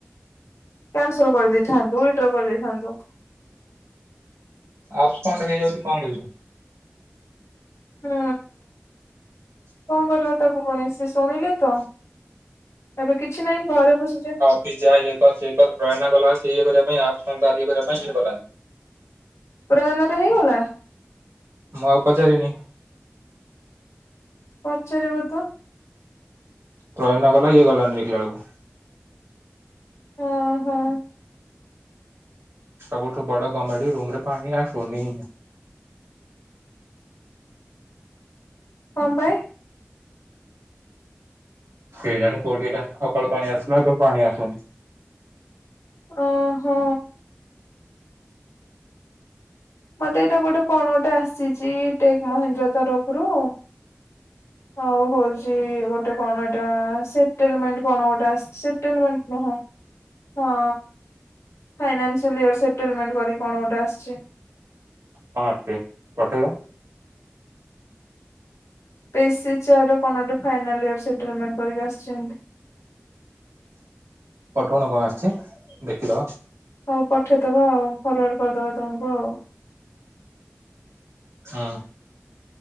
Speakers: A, on the left; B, on the right.
A: କ୍ୟାନସଲ କରିଦେଇଥାନ୍ତୁ, ଉଇଡ୍ରୋ କରିଦେଇଥାନ୍ତୁ।
B: ଅଫଣ୍ଡ ହେଇଯାଉଛି କଣ କରିବୁ।
A: ହୁଁ। କଣ କରିବା ତାକୁ ପୁଣି ସିଏ ଶୁଣିଲେ ତ ଏବେ କିଛି ନାହିଁ ଘରେ ବସିଛେ।
B: ଅ ଯା ଇଏ <unintelligible> କରଏ ପ୍ରୟରଣା କଲା ସେ ଇଏ କରିବା ପାଇଁ ଆ ଇଏ କରିବା ପାଇଁ ଆ ଗଲା।
A: ପ୍ରୟନରେ ହେଇଗଲା।
B: ମୁଁ ଆଉ ପଚାରିନି।
A: ପଚାରିବ ତ।
B: ପ୍ରୟାନ ଗଲା ଇଏ ଗଲାଣି ଦେଖିଲା ବେଳକୁ।
A: ଓଁ ହୋ।
B: ସବୁଠୁ ବଡ କମେଡି ରୁମ ରେ ପାଣି ଆସୁନି।
A: କଣ ପାଇଁ?
B: କେ ଜାଣି କୋଉଠି ସକାଳୁ ପାଣି ଆସିଲା କୁ ପାଣି ଆସୁନି।
A: ଓହୋ। ମତେ ଏଇଟା ଗୋଟେ କଣ ଗୋଟେ ଆସିଛି ଟେକ୍ ମହିନ୍ଦ୍ରା ତରଫରୁ। ହଉ ହଉଛି ଗୋଟେ କଣ ଏଟା ସେଟଲମେଣ୍ଟ କଣ ଗୋଟେ ଆସି ସେଟଲମେଣ୍ଟ ନୁହଁ ହଁ। ଫାଇନାନ୍ସିଆଲ୍ ଇୟର୍ ସେଟଲମେଣ୍ଟ କରିକ କଣ ଗୋଟେ ଆସିଛି।
B: ହଁ ଅଛି ପଠେଇବ।
A: <unintelligible> କଣ ଫନାଲିୟର ସେଟ ଗମେଣ୍ଟ କରିକି ଆସିଛି।
B: <unintelligible> ଆସିଛି ଦେଖିଦବା।
A: ହଉ ପଠେଇଦବା ଆଉ ଫରୱାର୍ଡ କରିଦେବା ତମକୁ ଆଉ।
B: ହଁ।